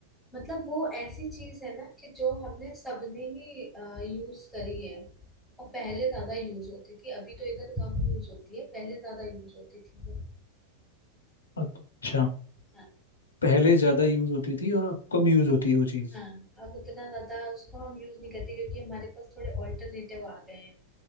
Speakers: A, in the centre; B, on the left (about 70°).
A: मतलब वो ऐसी चीज है ना कि जो हमने सबने ही यूज करी है और पहले ज्यादा यूज होती थी अभी तो इधर कम यूज होती है पहले ज्यादा यूज होती थी वो
B: अच्छा
A: हाँ
B: पहले ज्यादा यूज होती थी और अब कम यूज होती है वो चीज
A: हाँ अब उतना ज्यादा उसको हम यूज नहीं करते क्योंकि हमारे पास थोड़े ऑल्टरनेटिव आ गए हैं